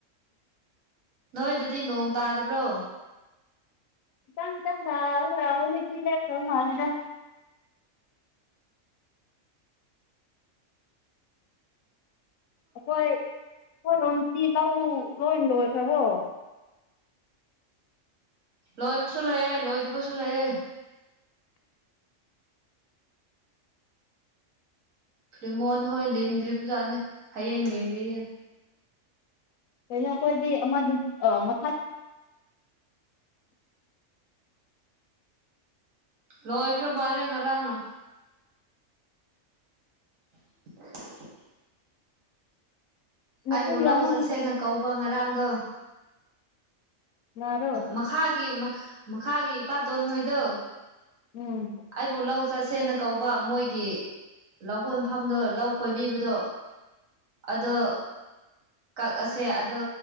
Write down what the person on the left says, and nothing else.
ꯏ ꯀ ꯔ ꯔꯍꯜ ꯂꯤꯂ ꯃꯥꯗ ꯑꯩꯈꯣꯏ ꯑꯩꯈꯣꯏ ꯂꯣꯝꯁꯤꯗꯤ ꯂꯧ ꯂꯣꯏ ꯂꯣꯏꯈ꯭ꯔꯕꯣ
ꯀꯩꯅꯣ ꯑꯩꯈꯣꯏꯗꯤ ꯑꯃꯗꯤ ꯑ ꯃꯥ
ꯃꯄꯨ
ꯌꯥꯝꯃꯟꯕꯒꯤ
ꯅꯥꯔꯣ
ꯎꯝ